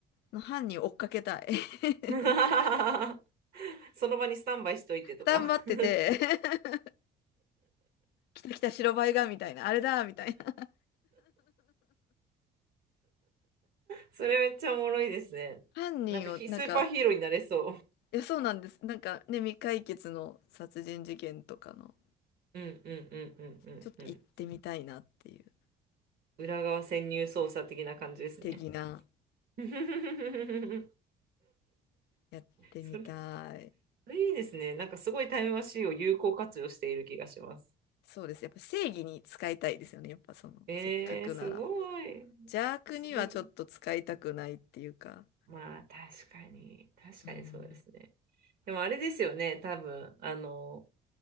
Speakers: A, on the left; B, on the right.
A: の犯人を追っかけたい。<laughs>
B: <laughs> その場にスタンバイしといてとか
A: 頑張ってて
B: <laughs>
A: <laughs> 来た来た白バイが、みたいな、あれだ、みたいな。
B: それめっちゃおもろいですね。
A: 犯人を、
B: なんかヒ、
A: なんか、
B: スーパーヒーローになれそう。
A: いや、そうなんです。なんかね、未解決の殺人事件とかの、
B: うんうんうんうんうんうん。
A: ちょっと行ってみたいなっていう、
B: 裏側潜入捜査的な感じですね。
A: 的な、
B: <laughs>
A: やってみたい。
B: それ、それいいですね。なんかすごいタイムマシーンを有効活用している気がします。
A: そうです。やっぱ正義に使いたいですよね。やっぱその、
B: えー、
A: せっかくなら。
B: すごい。
A: 邪悪にはちょっと使いたくないっていうか。
B: すごい。まあ、確かに。確かにそうですね。
A: うん。
B: でもあれですよね、多分。あの、